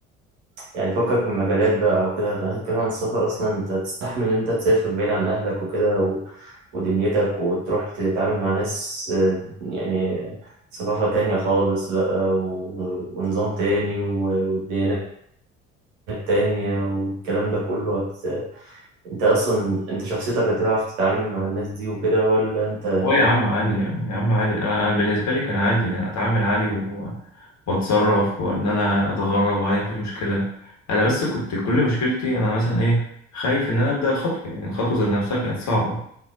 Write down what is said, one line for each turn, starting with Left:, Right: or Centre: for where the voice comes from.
Right: يعني فكك من مجالات بقى وكده خلينا نتكلم عن السفر أصلا أنت تستحمل إن أنت تسافر بعيد عن أهلك وكده و... ودنيتك وتروح تتعامل مع ناس آه، يعني ثقافة تانية خالص بقى و... ونظام تاني و... وديانات تانية والكلام ده كله هت... أنت أصلا أنت شخصيتك هتعرف تتعامل مع الناس دي وكده ولا أنت
Left: هو يا عم عادي يعني يا عم عادي انا أنا بالنسبه لي كان عادي يعني اتعامل عادي و... واتصرف وان انا اتغرب وعادي مفيش مشكله انا بس كنت كل مشكلتي انا مثلا ايه خايف ان انا ابدا الخطوه يعني الخطوه ذات نفسها كانت صعبه